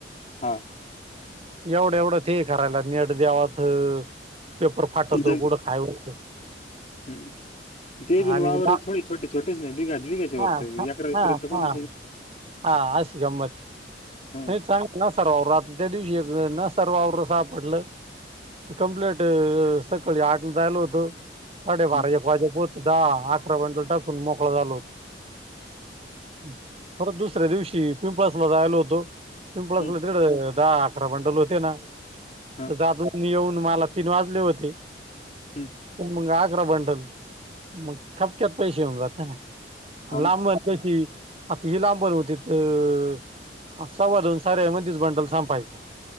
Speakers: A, on the left; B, on the right.
A: हा.
B: एवढं एवढंच हे करायला नेट द्यावत पेपर फाटतो
A: लगे
B: कुड काय होत.
A: हम्म. ते बिन
B: आणि
A: वावर
B: बा
A: थोडी छोटे छोटेच नाही बिगा बघाच्या
B: हा
A: वर अकरा
B: हा
A: पर्यंत
B: हा
A: कोणा.
B: हा अशी गमत आहे.
A: हम्म
B: नाही चांगलं न सर वावर आता त्या दिवशी एक न सर वावरं सापडलं. कम्प्लीट सकाळी आठला जायल होतो. साडेबाराजेक
A: हम्म
B: वाजेप होत दहा अकरा म्हटल टाकून मोकळा झालो होतो. परत दुसऱ्या दिवशी पिंपळसला जाईल होतो पिंपळसला
A: हम्म
B: तिथं दहा-अकरा बंडल होते ना
A: हा
B: तर दादू येऊन मला तीन वाजले होते
A: हम्म
B: मग अकरा बंटल मग खपक्यात पैसे येऊन जा त्यांना
A: हा मग
B: लांबन कशी आता ही लांबर होती तर मग सव्वा दोन साऱ्यामध्ये बंडल संपायचा